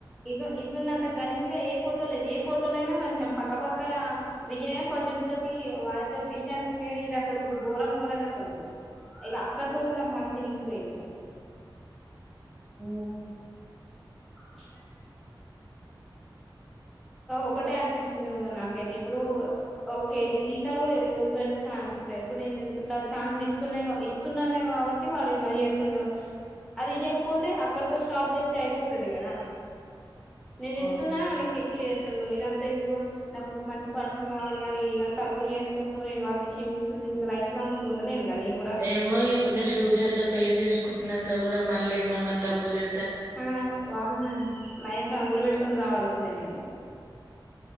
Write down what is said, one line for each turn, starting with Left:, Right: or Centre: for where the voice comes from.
Centre: ఇది ఇదిన్నంత గలీజగా ఏ ఫోటో లేదు ఫోటోలో అయినా కొంచం పక్క పక్కన దిగినైనా కొంచెం ఇద్దరికి వాళ్ళిద్దరి డిస్టెన్స్ ఉంది కానీ ఇది అసలు ఘోరంగా ఉన్నది అసలు ఇక అక్కడ తోటే నాకు మనసురిగిపోయింది ఇక
Right: హ
Centre: చ్ ఒకటే అనిపించింది నాకైతే ఇప్పుడు ఓకే ఈసారి కూడా వదిలిపేడ ఛాన్స్ ఇచ్చా ఇప్పుడు నేను ఇ ఇట్లా ఛాన్ ఇస్తున్నాయి ఇస్తున్నానే కాబట్టి వాడు ఇలా చేస్తుండు అది ఇయ్వకపోతే అక్కడతో స్టాప్ చేస్తే అయిపోతది కదా నేను
Right: అవును
Centre: ఇస్తున్నా ఇంకెక్కువ చేస్తుండు ఇదంతా ఎందుకు నాకొక మంచి మంచి పర్సన్ల్ కావాలి కానీ ఇలాంటి తప్పులు చేసుకుంటూ నేను వాటిని క్షమించు ఇట్ లైఫ్ లాంగ్ ఇట్ ఉండను నేను కూడా
Right: ఏమో ఇప్పుడు నేను ఫ్యూచర్ లో పెళ్లి చేసుకున్నాక కూడా మళ్ళ ఏమన్నా తప్పు చే
Centre: ఆమ్ వా లైఫ్ ఉరి పెట్టుకుని చావాల్సిందే నేను ఇగ